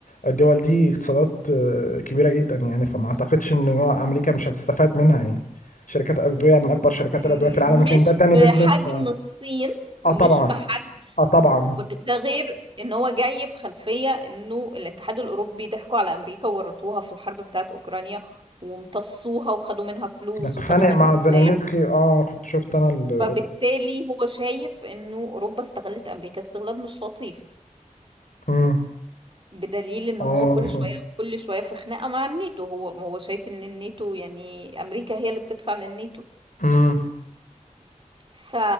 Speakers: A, on the left; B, on the right.
A: الدول دي اقتصادات آه، كبيره جدا يعني فما اعتقدش ان هو امريكا مش هتستفاد منها يعني شركات ادويه من اكبر شركات
B: مم،
A: الادويه في العالم يمكن
B: مش
A: ده تاني
B: بحجم
A: بيزنس ف
B: الصين ومش
A: اه طبعا
B: بحجم
A: اه طبعا
B: ده غير ان هو جاي بخلفية انه الاتحاد الاوروبي ضحكوا على امريكا وورطوها في الحرب بتاعت اوكرانيا وامتصوها وخدوا منها فلوس
A: اتخانق
B: وخدوا منها
A: مع
B: سلاح
A: زيلينسكي اه كنت شفت انا ال
B: فبالتالي هو شايف انه اوروبا استغلت امريكا استغلال مش لطيف
A: امم
B: بدليل ان
A: اه
B: هو كل
A: ف-
B: شوية كل شوية في خناقة مع الناتو هو هو شايف ان الناتو يعني امريكا هي اللي بتدفع للناتو
A: امم
B: ف...